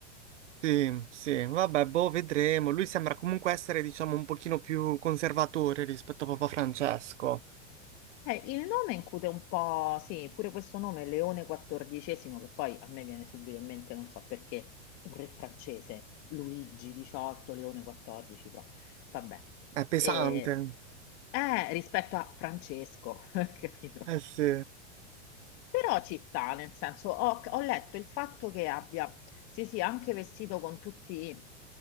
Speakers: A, on the right (about 75°); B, on the left (about 45°).
A: Sì, sì, vabbè, boh, vedremo. Lui sembra comunque essere diciamo un pochino più conservatore rispetto a Papa Francesco.
B: Eh, il nome incute un po', sì, pure questo nome, Leone XIV, che poi a me viene subito in mente, non so perché, un re francese, Luigi XVIII, Leone XIV, però vabbè.
A: È pesante.
B: E Eh, rispetto a Francesco, <laughs> capito?
A: Eh sì.
B: Però ci sta, nel senso, ho, ho letto il fatto che abbia, sì, sì, anche vestito con tutti